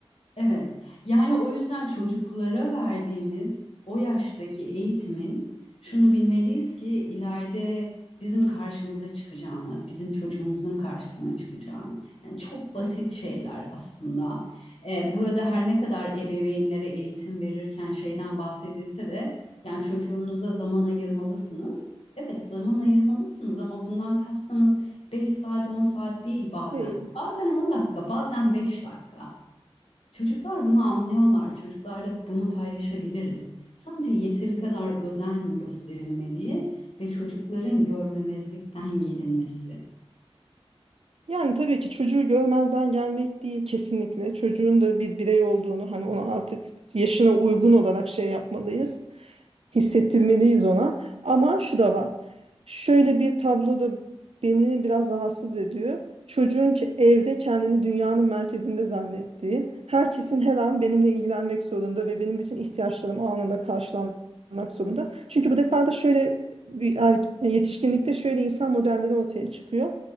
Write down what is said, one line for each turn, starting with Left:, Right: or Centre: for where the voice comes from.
Left: Evet. Yani o yüzden çocuklara verdiğimiz o yaştaki eğitimin şunu bilmeliyiz ki ileride bizim karşımıza çıkacağını, bizim çocuğumuzun karşısına çıkacağını. Yani çok basit şeyler aslında. Ee, burada her ne kadar ebeveynlere eğitim verirken şeyden bahsedilse de yani çocuğunuza zaman ayırmalısınız. Evet zaman ayırmalısınız ama bundan kastımız 5 saat 10 saat değil bazen.
Right: değil.
Left: Bazen 10 dakika, bazen 5 dakika. Çocuklar bunu anlıyorlar. Çocuklarla bunu paylaşabiliriz. Sadece yeteri kadar özen gösterilmediği ve çocukların görmemezlikten gelinmesi.
Right: Yani tabii ki çocuğu görmezden gelmek değil kesinlikle. Çocuğun da bir birey olduğunu hani ona artık yaşına uygun olarak şey yapmalıyız. hissettirmeliyiz ona. Ama şu da var. Şöyle bir tablo da beni biraz rahatsız ediyor. Çocuğun ki evde kendini dünyanın merkezinde zannettiği, herkesin her an benimle ilgilenmek zorunda ve benim bütün ihtiyaçlarım anında karşılanmak zorunda. Çünkü bu defa da şöyle bir erg- yetişkinlikte şöyle insan modelleri ortaya çıkıyor.